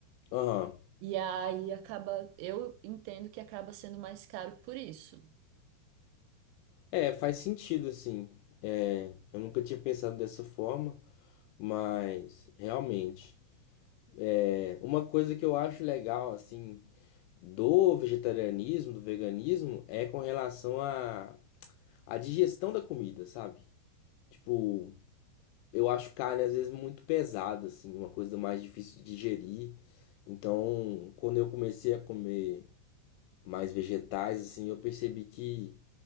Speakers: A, on the left; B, on the right.
A: Aham.
B: E aí acaba, eu entendo que acaba sendo mais caro por isso.
A: É, faz sentido, assim. É, eu nunca tinha pensado dessa forma, mas realmente. É, uma coisa que eu acho legal, assim, do vegetarianismo, do veganismo, é com relação a a digestão da comida, sabe? Tipo, eu acho carne às vezes muito pesada, assim, uma coisa mais difícil de digerir. Então, quando eu comecei a comer mais vegetais, assim, eu percebi que